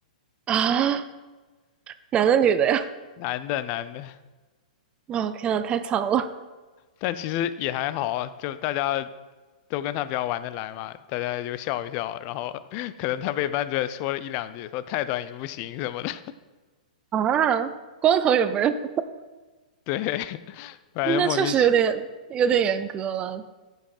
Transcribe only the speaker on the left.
<laughs> 男的男的，
但其实也还好啊，就大家都跟他比较玩得来嘛，大家就笑一笑，然后 <laughs> 可能他被班主任说了一两句，说太短也不行什么的，
<laughs> 对，<laughs>
反正莫名其，